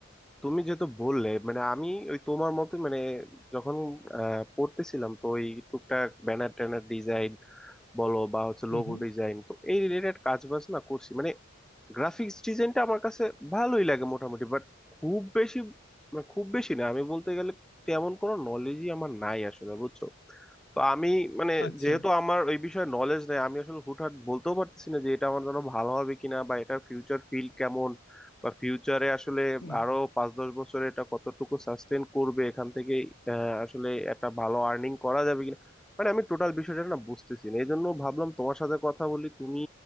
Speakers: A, in the centre; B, on the left.
A: তুমি যেহেতু বললে মানে আমি ওই তোমার মতোই মানে যখন আহ, পড়তেছিলাম তো ওই টুকটাক ব্যানার ট্যানার ডিজাইন বলো বা হচ্ছে
B: হুম
A: লোগো
B: হুম
A: ডিজাইন তো এই রিলেটেড কাজ বাজ না করছি মানে গ্রাফিক্স ডিজাইনটা আমার কাছে ভালোই লাগে মোটামুটি বাট খুব বেশি মানে খুব বেশি না আমি বলতে গেলে তেমন কোনো নলেজই আমার নাই আসলে বুঝছো তো আমি মানে
B: আচ্ছা
A: যেহেতু আমার ওই বিষয়ে নলেজ নেই আমি আসলে হুটহাট বলতেও পারতেছি না যে এটা আমার জন্য ভালো হবে কিনা বা এটা ফিউচার ফিল্ড কেমন বা ফিউচারে আসলে
B: হুম
A: আরো পাঁচ দশ বছরে এটা কতটুকু সাস্টেন করবে এখান থেকে আহ, আসলে একটা ভালো আর্নিং করা যাবে কিনা মানে আমি টোটাল বিষয়টা না বুঝতেছি না এই জন্য ভাবলাম তোমার সাথে কথা বলি তুমি